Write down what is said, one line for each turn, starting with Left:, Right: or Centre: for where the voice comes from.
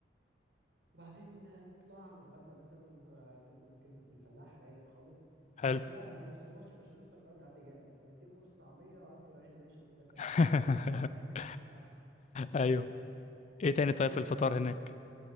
Right: وبعدين آه، نطلع نتغدى مثلا ممكن أكلكم من كبدة الفلاح رايق خالص
Left: حلو
Right: بس لا انا ما فطرناش يا باشا نفطر الاول من عندي جاد اديك قرص طعميه وقد رغيف العيش اللي انت بتاكله
Left: <laughs>
Right: والفول بتاعه جامد بصراحه
Left: ايوه ايه تاني
Right: بالليل
Left: طيب في الفطار
Right: يا
Left: هناك